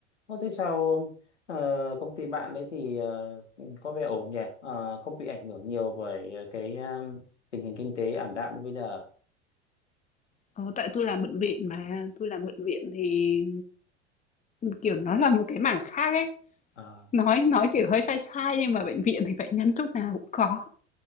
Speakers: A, on the left; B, on the left.
A: Ô, thế sao ờ, công ty bạn ấy thì ờ, có vẻ ổn nhỉ? Ờ, không bị ảnh hưởng nhiều bởi ờ, cái ờ, tình hình kinh tế ảm đạm như bây giờ.
B: ờ, tại tôi làm bệnh viện mà, tôi làm bệnh viện thì, kiểu, nó là một cái mảng khác ấy.
A: Ờ,
B: Nói nói, kiểu, hơi sai sai nhưng mà bệnh viện thì bệnh nhân lúc nào cũng có.